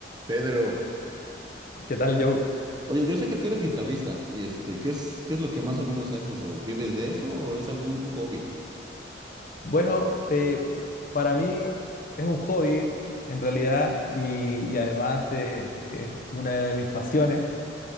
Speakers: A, on the right (about 25°); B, on the left (about 50°).
A: Pedro,
B: ¿Qué tal, Joe?
A: Oye, yo sé que tú eres guitarrista, y este, ¿qué es, qué es lo que más o menos haces? ¿O vives de eso o es algún un hobby?
B: Bueno, eh, para mí es un hobby en realidad y, y además eh, es una de mis pasiones.